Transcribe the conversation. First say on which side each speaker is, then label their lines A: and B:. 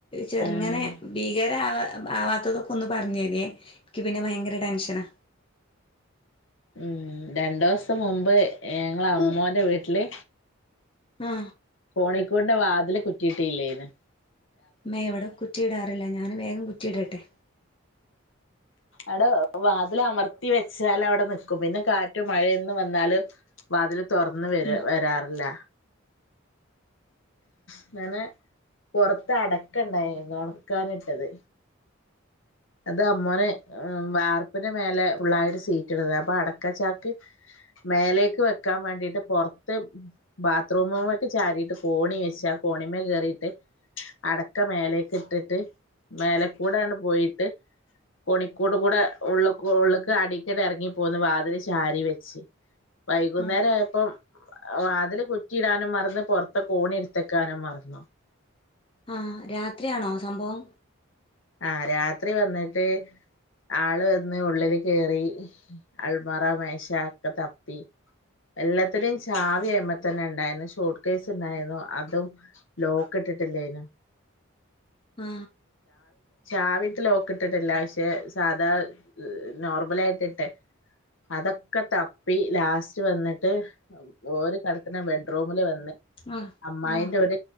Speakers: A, on the left; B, on the left.
A: ചെറ്ങ്ങനെ
B: ആഹ്
A: ഭീകരാവാ ബ് ആവാത്തതൊക്കെ ഒന്ന് പറഞ്ഞെര്യേ ൻക്ക് പിന്നെ ഭയങ്കര ടെൻഷനാ
B: ഉം രണ്ടോസം മുമ്പ് എങ്ങള് അമ്മോന്റെ വീട്ടില്
A: ആ
B: കോണിക്കൂട്ന്റെ വാതില് കുറ്റിയിട്ടീല്ലെന്ന്
A: മ്മേ വെടെ കു കുറ്റിടാറില്ല ഞാനും വേഗം കുറ്റിഇടട്ടെ
B: എടോ വാതിൽ അമർത്തി വെച്ചാല് അവ്ടെ നിക്കും പിന്നെ കാറ്റും മഴയൊന്നു വന്നാല് വാതില് തുറന്ന് വര
A: ഉം
B: വരാറില്ല അങ്ങനെ പൊറത്ത് അടക്കണ്ടായിനു ഒണക്കാനിട്ടത് അത് അമ്മോന് വാർപ്പിന്റെ മേലെ ഫുള്ളായിട്ട് സീറ്റിടല അപ്പ അടക്ക ചാക്ക് മേലേക്ക് വെക്കാൻ വേണ്ടിട്ട് പൊറ്ത്ത് ബാത്റൂമ്മക്ക് ചാരീട്ട് കോണി വെച്ച് ആ കോണിമ്മേ കേറീട്ട് അടക്ക മേലേക്ക്ട്ട്ട്ട് മേലെക്കൂടാണ്ട് പോയി ത് കോണിക്കൂട് കൂടെ ഉള്ളുക്ക് ഉള്ള്ക്ക് അടീക്ക്ണ്ടെറങ്ങി പോന്ന് വാതില് ചാരി വെച്ച് വൈകുന്നേര
A: ആഹ്
B: ആയപ്പം വാതില് കുറ്റി ഇടാനും മറന്ന് പൊറത്ത് കോണി ട്ത്തെക്കാനും മറന്നു
A: ആ രാത്രിയാണോ സംഭവം
B: ആ രാത്രി വന്നിട്ട് ആള് വന്ന് ഉള്ളില് കേറി അൾമറ മേശ ഒക്കെ തപ്പി എല്ലാത്തിനും ചാവി അയ്മേ തന്നെ ഇണ്ടായിരുന്നു ഷോർട്ട് കേസ് ഉണ്ടായിരുന്നു അതും ലോക്ക് ഇട്ടിട്ടില്ലേനി
A: ആ
B: ചാവിട്ട് ലോക്ക്‌ ഇട്ട്ട്ട്ല്ല പക്ഷെ സാധാ നോർമലായിട്ടിട്ടെ അതൊക്കെ തപ്പി ലാസ്റ്റ് വന്നിട്ട് ഓര് കടക്കണ ബെഡ്റൂമ് ല് വന്ന്
A: ആഹ്
B: അമ്മായിന്റെ
A: ആഹ്
B: ഒര്